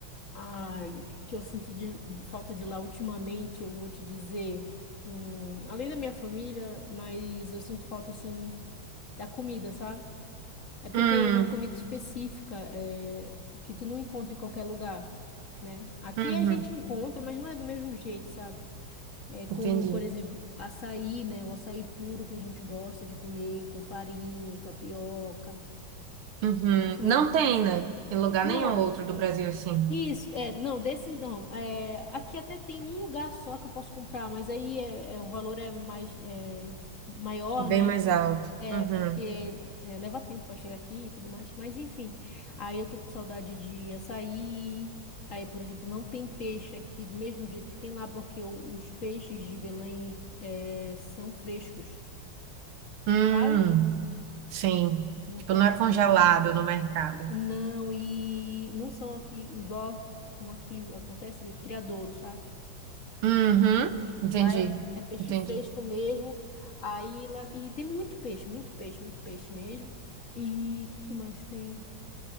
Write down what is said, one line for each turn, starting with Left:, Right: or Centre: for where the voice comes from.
Left: Ai, que eu sinto de, de falta de lá ultimamente, eu vou te dizer, hum, além da minha família, mas eu sinto falta, assim, da comida, sabe? É porque
Right: Hum,
Left: tem uma comida específica, é, que tu não encontra em qualquer lugar, né? Aqui
Right: uhum,
Left: a gente encontra, mas não é do mesmo jeito, sabe? É como,
Right: entendi.
Left: por exemplo, açaí, né? O açaí puro que a gente gosta de comer, com farinha, de tapioca.
Right: Uhum.
Left: Eu gosto
Right: Não
Left: muito de...
Right: tem, né? Em lugar
Left: Não,
Right: nenhum
Left: é,
Right: outro do Brasil, assim.
Left: Isso, é, não, desse não. É, aqui até tem um lugar só que eu posso comprar, mas aí é, é, o valor é mais é, maior,
Right: Bem
Left: né?
Right: mais alto.
Left: É,
Right: Uhum.
Left: porque é, leva tempo para chegar aqui e tudo mais. Mas enfim, aí eu tô com saudade de açaí. Aí, por exemplo, não tem peixe aqui do mesmo jeito que tem lá, porque o- os peixes de Belém é, são frescos,
Right: Hum.
Left: sabe?
Right: Sim.
Left: Então
Right: Tipo, não
Left: aqui.
Right: é congelado no mercado.
Left: Não, e não são aqui igual como aqui acontece de criadouro, sabe?
Right: Uhum. Entendi.
Left: Lá é, é peixe
Right: Entendi.
Left: fresco mesmo. Aí lá, e tem muito peixe, muito peixe, muito peixe mesmo. E o que, que mais tem?